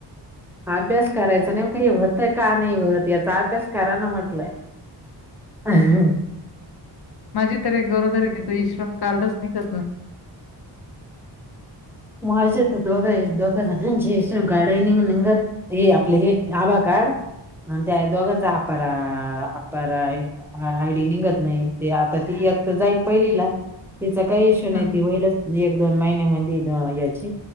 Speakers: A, in the centre; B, on the left.
A: अभ्यास करायचा नेम का हे होतय का नाही वत याचा अभ्यास कराय ना म्हटलंय अ
B: हं.
A: ह
B: माझी तर एक गरोदरी तिच इश्रम कारडच नाहीकच नाही
A: माझेेत दोघंही दोघं ज गाडा निंग निंगत हे आपलं हे आभार कार्ड म्ह त्या दोघांचा अपरा अपरा हा आयडी निघत नाही ते आता तिकी तर जाईल पहिलीला तिचा काही इश्यू नाही
B: हं,
A: ती होईलच एक दोन महिने म्हण याची